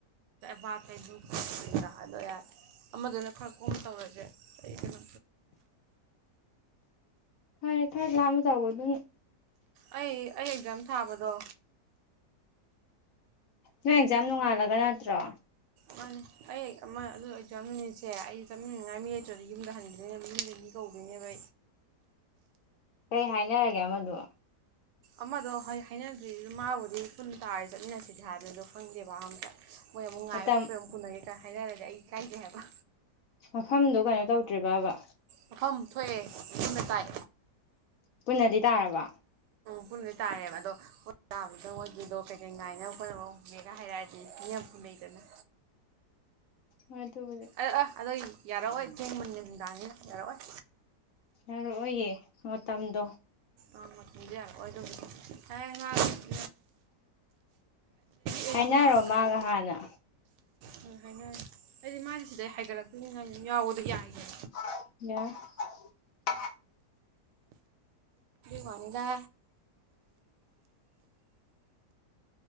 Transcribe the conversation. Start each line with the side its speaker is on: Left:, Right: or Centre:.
Right: ꯕꯥ ꯌ ꯗ ꯍꯥꯏꯗꯣ ꯌꯥꯔꯦ ꯑꯃꯗꯨꯅ ꯈꯔ ꯀꯣꯡꯅ ꯇꯧꯔꯁꯦ ꯑꯩꯃ
Left: ꯈꯔꯦ ꯈꯔꯦ ꯂꯃ ꯇꯧꯕ ꯑꯗꯨ
Right: ꯑꯩ ꯑꯩ ꯑꯦꯛꯖꯥꯝ ꯊꯥꯕꯗ ꯗꯣ
Left: ꯅꯣꯏꯁ ꯌꯥꯝ ꯅꯣꯡꯉꯥꯜꯂꯒ ꯅꯠꯇ꯭ꯔꯣ
Right: ꯃꯥꯅꯦ ꯑꯩ ꯑꯗꯨ ꯑꯣꯏꯖꯝꯃꯤꯉꯁꯦ ꯑꯩ ꯆꯠꯃꯤꯟꯅꯉꯥꯏ ꯃꯤ ꯂꯩꯇ꯭ꯔꯗꯤ ꯌꯨꯝꯗ ꯍꯟꯈꯤꯗꯣꯏꯅꯦꯕ ꯌꯨꯝꯗ ꯃꯤ ꯀꯧꯗꯣꯏꯅꯦꯕ
Left: ꯀꯩ ꯍꯥꯏꯅꯔꯒꯦ ꯑꯃꯗꯣ
Right: ꯑꯃꯗꯣ ꯍꯥꯏꯅꯗ꯭ꯔꯤ ꯃꯥꯕꯨꯗꯤ ꯄꯨꯟ ꯇꯥꯔ ꯆꯠꯃꯤꯟꯅꯁꯤꯁꯦ ꯍꯥꯏꯕꯅꯤ ꯑꯗꯣ ꯈꯪꯗꯦꯕ ꯑꯝꯇ ꯃꯣꯏ ꯑꯃꯨꯛ ꯉꯥꯏꯌ
Left: ꯃꯇꯝ
Right: ꯈꯣꯠꯄꯣ ꯑꯃꯨ ꯄꯨꯅꯒꯦ ꯀꯥꯏ ꯍꯥꯏꯅꯔꯒ ꯑꯩ ꯀꯥꯏꯒꯦ ꯍꯥꯏꯕ
Left: ꯃꯐꯝꯗꯨꯣ ꯀꯩꯅꯣ ꯇꯧꯗ꯭ꯦꯔꯤꯕꯕ
Right: ꯃꯐꯝ ꯊꯣꯛꯑꯦ ꯑꯗꯨꯕ ꯇꯥꯏ
Left: ꯄꯨꯟꯅꯗꯤ ꯇꯥꯔꯕ
Right: ꯐꯨꯟꯗꯤ ꯇꯥꯔꯦꯕ ꯑꯗꯣ ꯇꯥꯕꯗ ꯃꯣꯏꯒꯤꯗꯣ ꯀꯩꯀꯩ ꯉꯥꯏꯅꯕ ꯍꯣꯠꯅꯕ ꯎꯒꯦꯒ ꯍꯥꯏꯔꯔꯗꯤ ꯏ ꯌꯥꯝ ꯐꯨ ꯂꯩꯩꯗꯅ
Left: ꯍꯣꯏ ꯑꯗꯨꯕꯨꯗꯤ
Right: ꯑ ꯑ ꯑꯗꯨꯣ ꯌꯥꯔꯛꯑꯣꯏ ꯄꯨꯡ ꯃ ꯃꯤꯗꯥꯡꯅꯤꯅ ꯌꯥꯔꯥꯏ
Left: ꯌꯥꯔꯛꯑꯣꯌꯦ ꯃꯇꯝꯗꯣ
Right: ꯑꯉꯥꯡ ꯃꯇꯝꯗꯤ ꯌꯥꯔꯑꯣꯏꯗꯣꯏꯅꯦ ꯍꯥꯏ ꯉꯉꯥꯡ ꯑꯦꯔꯤꯁꯥ
Left: ꯍꯥꯏꯅꯔꯣ ꯃꯥꯒ
Right: ꯀꯩꯅꯣ
Left: ꯍꯥꯟꯅ
Right: ꯀꯩ ꯍꯥꯏꯅꯔꯦ ꯑꯩꯗꯤ ꯃꯥꯗꯤ ꯁꯤꯗꯩ ꯍꯥꯏꯒꯠꯂꯛꯇꯣꯏꯅꯤ ꯅꯪ ꯌꯥꯎꯕꯗꯣ ꯌꯥꯏꯒꯦ
Left: ꯑ <unintelligible>
Right: ꯀꯚꯗ